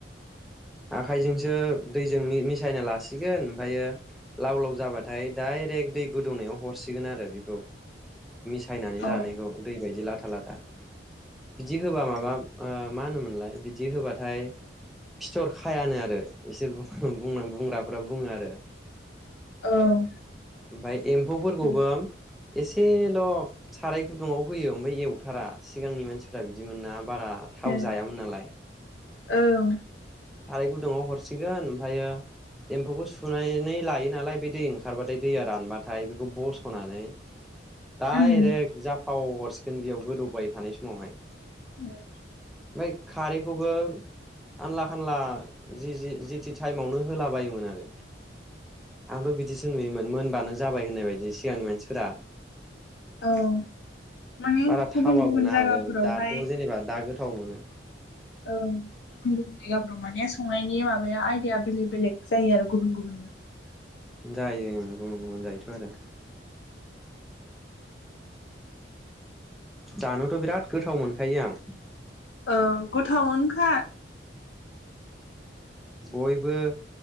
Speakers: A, in the centre; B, on the left.
A: आखाइजोंसो दैजों मि-मिसायना लासिगोन ओमफ्रायो लाव लाव जाबाथाय डायरेक्ट दै गोदौनायाव हरसिगोन आरो बेखौ सायनानै
B: औ
A: लानायखौ दै बायदि लाथों। लाथा लाथा जि होब्ला माबा ओ मा होनोमोनलाय बिदि होबाथाय फिथर खायानो आरो इसोर बुं बुंग्राफोरा बुङो आरो।
B: औ
A: बाय एम्फौफोरखौबो
B: औ
A: एसेल' साराय गुदुाव होयो ओमफ्राय एवथारा सिगांनि मानसि फ्रा बिदिमोनना बारा थाव
B: ओं
A: जायामोन नालाय
B: औ
A: साराय गुदुङाव हरसिगोन ओमफ्रायो एम्फौखौ सुनानै लायो नालाय बे दै ओंखारबाथाय दैया रानबाथाय बेखौ बस'नानै दाइरेक
B: उम
A: जाफाव हरस गोन बियाव गोदौबाय थानाय समावहाय
B: आरो
A: ओमफ्राय खारैखौबो आनला फानला जि जिथि टाइमावनो होलाबायायोमोन आरो आंथ' बिदिस न मोनबानो जाबाय होननाय बायदि सिगांनि मानसि ब्रा
B: औ माने
A: बारा
B: गुबुन
A: थावा
B: गुबुन
A: गोना
B: जायगाफोरावहाय
A: आरो दाथ' जेनेबा दागोर गोथाव मोनो
B: ओं गुबुन गुबुन जायगाफोराव माने संनायनि माबाया आयदाया बेलेग बेलेग जायो आरो गुबुन गुबुननो
A: जायो गुबुन गुबुन जायोथ' आरो दानोथ' बिराद गोथाव मोनखायो आं
B: ओं गोथावन हा
A: बयबो